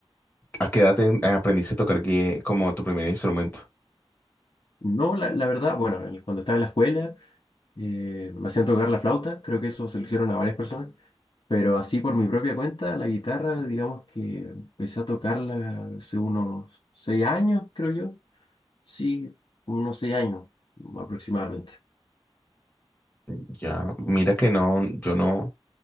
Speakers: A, on the left (about 20°); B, on the left (about 55°).
A: a qué edad te- aprendiste a tocar gui- como tu primer instrumento?
B: No, la, la verdad, bueno, el- cuando estaba en la escuela eh, me hacían tocar la flauta. Creo que eso se lo hicieron a varias personas. Pero así por mi propia cuenta, la guitarra, digamos que empecé a tocarla hace unos seis años, creo yo. Sí, unos seis años aproximadamente.
A: Ya, mira que no, yo no,